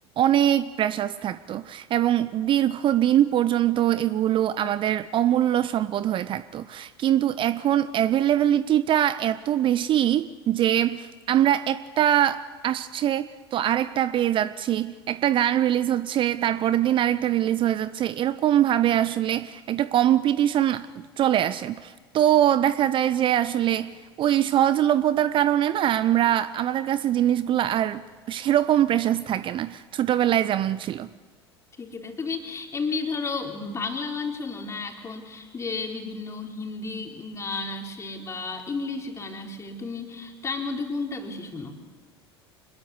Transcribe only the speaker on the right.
অনেক প্রেশাস থাকতো এবং দীর্ঘদিন পর্যন্ত এগুলো আমাদের অমূল্য সম্পদ হয়ে থাকতো কিন্তু এখন অ্যাভেলেবিলিটিটা এত বেশি যে আমরা একটা আসছে তো আরেকটা পেয়ে যাচ্ছি একটা গান রিলিজ হচ্ছে তারপরের দিন আরেকটা রিলিজ হয়ে যাচ্ছে এরকম ভাবে আসলে একটা কম্পিটিশন চলে আসে তো দেখা যায় যে আসলে ওই সহজলভ্যতার কারণে না আমরা আমাদের কাছে জিনিসগুলো আর সেরকম প্রেশাস থাকে না ছোটবেলায় যেমন ছিল